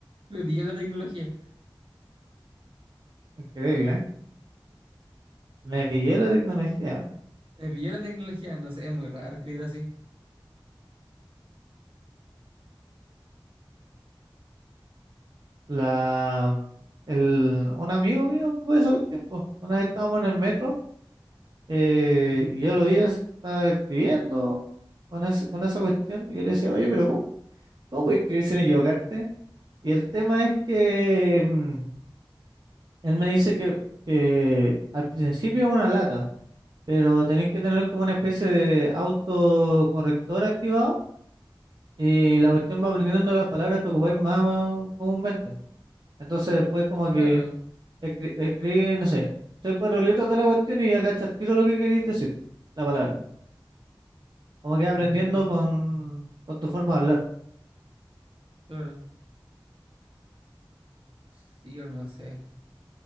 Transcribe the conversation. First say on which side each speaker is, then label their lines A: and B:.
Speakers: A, on the right; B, on the right.
A: Me pilló la tecnología.
B: Increíble, ¿eh? Me pillé la tecnología.
A: Me pilló la tecnología, no sé, es muy raro escribir así.
B: La, mm, el, un amigo mío ocupó eso tiempo. Una vez estábamos en el metro eh, y yo lo vi, estaba escribiendo con, es- con esa cuestión y yo le decía, oye, pero ¿cómo, cómo puedes escribir sin equivocarte? Y el tema es que... mm, Él me dice que, que al principio es una lata, pero tenéis que tener como una especie de autocorrector activado y la cuestión va aprendiendo las palabras que ocupáis más comúnmente. Entonces después como
A: Claro.
B: que escri- escribí, no sé, tres, cuatro letras de la cuestión y agacha al tiro lo que queréis decir, la palabra. Como que vas
A: Mm,
B: aprendiendo con, con tu forma de hablar.
A: claro. Sí, yo no sé.